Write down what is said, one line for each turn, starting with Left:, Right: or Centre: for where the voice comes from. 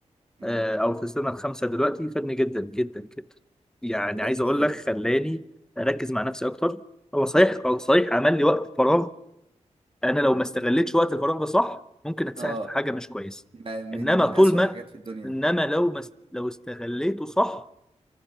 Right: مم.
Centre: آه، او في السنه الخامسه دلوقتي فادني جدا جدا جدا يعني
Right: ده
Centre: عايز
Right: كده
Centre: اقول
Right: كده
Centre: لك خلاني اركز مع نفسي اكتر هو صحيح صحيح عمل لي وقت فراغ انا لو ما استغلتش وقت الفراغ ده صح ممكن اتساعد
Right: اه
Centre: في حاجه مش كويسه
Right: ما- من
Centre: انما
Right: من
Centre: طول
Right: أسوأ
Centre: ما
Right: الحاجات في الدنيا
Centre: انما لو ما است- لو استغليته صح